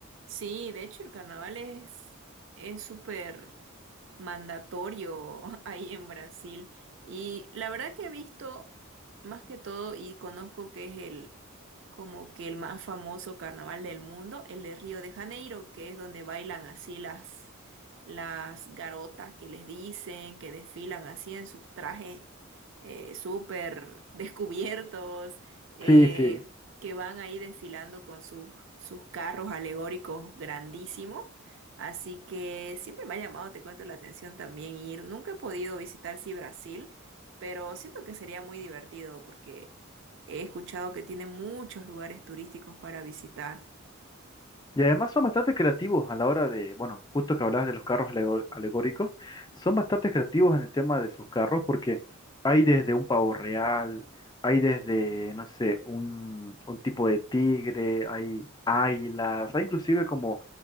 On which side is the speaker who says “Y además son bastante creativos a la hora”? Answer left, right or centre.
Left